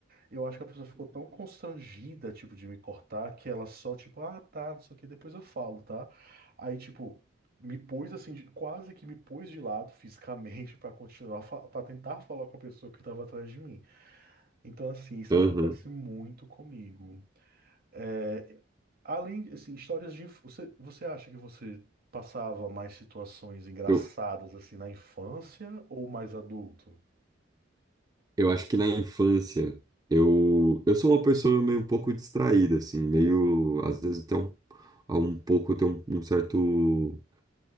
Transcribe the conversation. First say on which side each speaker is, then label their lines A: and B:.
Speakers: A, on the right; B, on the right.
A: Eu acho que a pessoa ficou tão constrangida, tipo, de me cortar, que ela só, tipo, ah, tá, não sei o que, depois eu falo, tá? Aí, tipo, me pôs assim, de- quase que me pôs de lado fisicamente <laughs> pra continuar, fa- pra tentar falar com a pessoa que tava atrás de mim. Então, assim, isso
B: aham.
A: acontece muito comigo. É, além, assim, histórias de. inf- Você, você acha que você passava mais situações engraçadas,
B: Eu,
A: assim, na infância ou mais adulto?
B: eu acho que na infância eu, eu sou uma pessoa meio um pouco distraída, assim, meio,
A: Hum.
B: às vezes até um, a um pouco, eu tenho um, um certo, um,